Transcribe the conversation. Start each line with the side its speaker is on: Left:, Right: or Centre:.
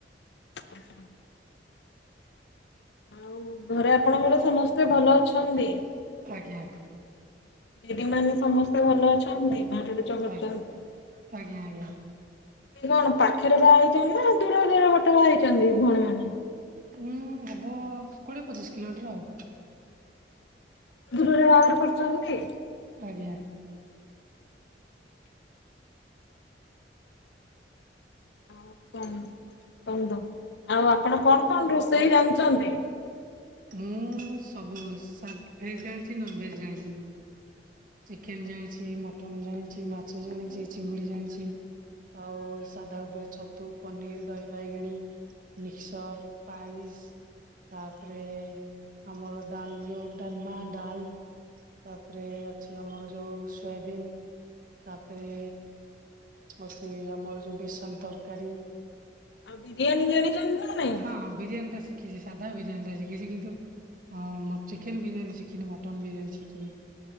Left: <unintelligible> ଆଉ ଘରେ ଆପଣଙ୍କର ସମସ୍ତେ ଭଲ ଅଛନ୍ତି।
Right: ଆଜ୍ଞା।
Left: <inaudible> ମାନେ ସମସ୍ତେ। ତ ଭଲ ଅଛନ୍ତି ମାଟଡିଚ କରଛନ୍ତି
Right: ଆଜ୍ଞା
Left: ସେ
Right: ଆଜ୍ଞା ଆଜ୍ଞା।
Left: କଣ ପା ପାଖରେ ବାହା ହେଇଛନ୍ତି ନା ଦୂର ଦୂର ପଟ ବା ହେଇଛନ୍ତି ଭଉଣୀମାନେ
Right: ଉୁଁ ହବ କୋଡ଼ିଏ ପଚିଶ କିଲୋମିଟର ଆଉ।
Left: ଦୂରରେ ବ୍ୟବହାର କରୁଛନ୍ତି।
Right: ଆଜ୍ଞା।
Left: ହ କ କୁନ୍ତୁ ଆଉ ଆପଣ କଣ କଣ ରୋଷେଇ ଜାଣିଛନ୍ତି?
Right: ମୁଁ ସବୁ ଭେଜ ଜାଣିଛି ନନ ଭେଜ ଜାଣିଛି। ଚିକେନ ଜାଣିଛି ମଟନ ଜାଣିଛି ମାଛ ଜାଣିଛି ଚିଙ୍ଗୁଡି ଜାଣିଛି। ଆଉ ସାଧା ଉପରେ ଛତୁ ପନିର ଦହି ବାଇଗିଣୀ। ମିକ୍ସର ପାଇାଇସ୍। ତାପରେ ଆମର ଡାଲ ଯଉଁ ଡାଲମା ଡାଲ। ତାପରେ ଅଛି ଆମର ଯୋଉ ସୋୟାବିନ୍ ତାପରେ ଆଉ ସେ ଆମର ଯୋଉ ବେସନ ତରକାରୀ
Left: ଆଉ ବିରିୟାନୀ ଜାଣିଛନ୍ତି ନା ନାଇଁ?
Right: ହଁ ବିରିୟାନୀ ଟା ଶି ଖିଛି ସାଧା ବିରିୟାନୀ ଟା ଶିଖିଛି କିନ୍ତୁ ଅ, ମୁଁ ଚିକେନ୍ ବିରିୟାନୀ ଶିଖିନି, ମଟନ୍ ବିରିୟାନୀ ଶିଖିନି।